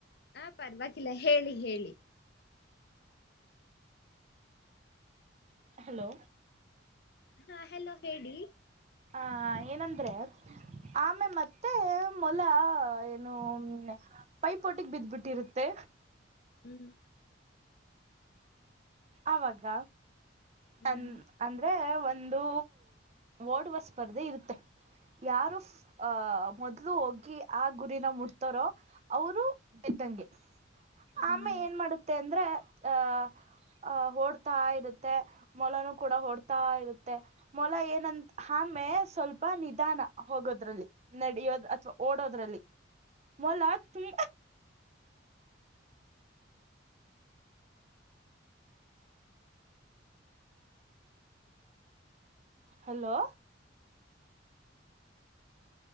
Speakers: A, on the left (about 55°); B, on the right (about 35°).
A: ಹಾ ಪರ್ವಾಗಿಲ್ಲ ಹೇಳಿ ಹೇಳಿ
B: ಹಲೋ
A: ಹಾ ಹಲೋ ಹೇಳಿ
B: ಹ ಏನಂದ್ರೆ ಆಮೇ ಮತ್ತೆ ಮೊಲ ಏನು. ಪೈ ಪೋಟಿಗ್ ಬಿದ್ಬಿಟರುತ್ತೆ.
A: ಹ್ಮ್
B: ಅವಾಗ
A: ಹ್ಮ್
B: ತನ್. ಅಂದ್ರೆ ಒಂದು ಓಡುವ ಸ್ಪರ್ಧೆ ಇರುತ್ತೆ. ಯಾರು ಮೊದ್ಲು ಹೋಗಿ. ಆ ಗುರಿನ ಮುಡ್ತಾರೋ ಅವರು ಬಿದ್ದಂಗೆ ಆಮೆ
A: ಹ್ಮ್
B: ಏನ್ ಮಾಡ ತೆ ಅಂದ್ರೆ ಹ ಅಹ ಓಡ್ತಾ ಇರುತ್ತೆ ಮೊಲನು ಕೂಡ ಓಡ್ತಾ ಇರುತ್ತೆ. ಮೊಲ ಏನಂತ ಆಮೆ ಸ್ವಲ್ಪ ನಿಧಾನ ಹೋಗೋದ್ರಲ್ಲಿ ನಡಿಯೋದ್ ಅಥ್ವಾ ಓಡೋದ್ರಲ್ಲಿ ಮೊಲ ತಿ. ಹಲೋ